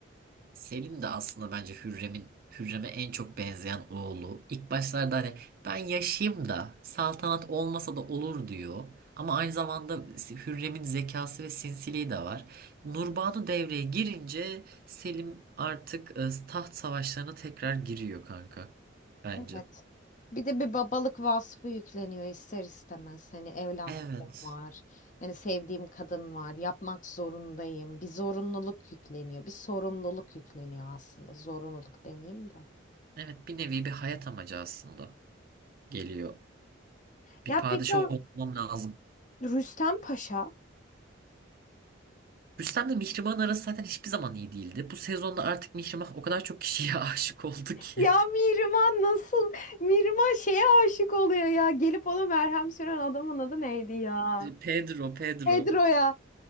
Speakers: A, on the right; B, on the left.
A: Selim de aslında bence Hürrem'in Hürrem'e en çok benzeyen oğlu. İlk başlarda hani ben yaşayayım da saltanat olmasa da olur diyor. Ama aynı zamanda si, Hürrem'in zekası ve sinsiliği de var. Nurbanu devreye girince Selim artık e, taht savaşlarına tekrar giriyor kanka. Bence.
B: Evet. Bir de bir babalık vasfı yükleniyor ister istemez. Hani evlatlığım
A: Evet.
B: var. Hani sevdiğim kadın var. Yapmak zorundayım. Bir zorunluluk yükleniyor. Bir sorumluluk yükleniyor aslında. Zorunluluk demeyeyim de.
A: Evet bir nevi bir hayat amacı aslında geliyor.
B: Ya
A: Bir padişah
B: peki o
A: olmam lazım
B: Rüstem Paşa?
A: Rüstem'le Mihrimah'ın arası zaten hiçbir zaman iyi değildi. Bu sezonda artık Mihrimah o kadar çok kişiye <laughs> aşık oldu ki.
B: Ya Mihrimah nasıl? Mihrimah şeye aşık oluyor ya. Gelip ona merhem süren adamın adı neydi ya?
A: Pedro, Pedro.
B: Pedro'ya.